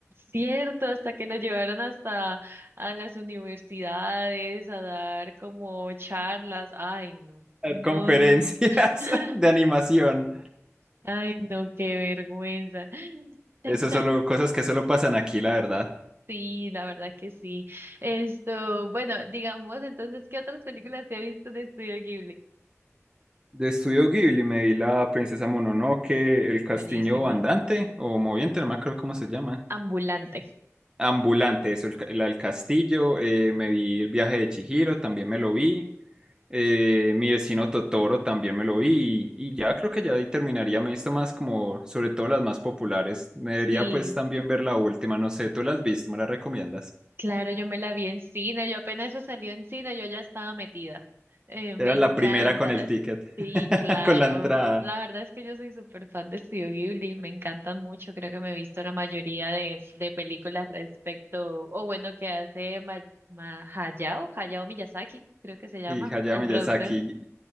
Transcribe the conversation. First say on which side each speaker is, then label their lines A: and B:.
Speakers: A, on the right; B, on the right.
A: Cierto, hasta que lo llevaron hasta a las universidades a dar como charlas. Ay, no,
B: Dar
A: no,
B: Conferencias
A: no. <laughs>
B: <laughs> de animación.
A: Ay, no, qué vergüenza. <laughs>
B: Esas son cosas que solo pasan aquí, la verdad.
A: Sí, la verdad que sí. Esto, bueno, digamos entonces, ¿qué otras películas te has visto de Estudio Ghibli?
B: De Estudio Ghibli me vi la Princesa Mononoke, el castillo
A: Buenísima.
B: andante o moviente, no me acuerdo cómo se llama.
A: Ambulante.
B: Ambulante, eso, el, ca- la del castillo. eh, me vi el viaje de Chihiro, también me lo vi. Eh, mi vecino Totoro también me lo vi. Y, y ya creo que ya ahí terminaría. Me he visto más como, sobre todo las más populares. Me debería
A: Sí.
B: pues también ver la última. No sé, ¿tú la has visto? ¿Me la recomiendas?
A: Claro, yo me la vi en cine, yo apenas eso salió en cine, yo ya estaba metida. Eh,
B: Era
A: me encanta.
B: la primera con el
A: es-
B: ticket,
A: Sí,
B: <laughs>
A: claro.
B: con la entrada.
A: La verdad es que yo soy súper fan de Studio Ghibli, me encanta mucho, creo que me he visto la mayoría de, de películas respecto, o bueno, que hace Ma- Ma- Hayao, Hayao Miyazaki, creo que se llama,
B: Sí, Hayao
A: el
B: Miyazaki.
A: productor.